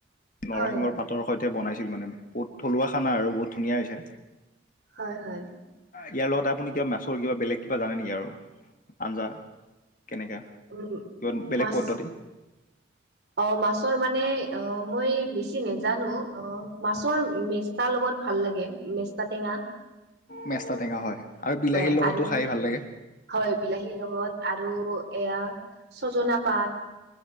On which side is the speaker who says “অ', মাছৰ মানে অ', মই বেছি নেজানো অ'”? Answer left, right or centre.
Right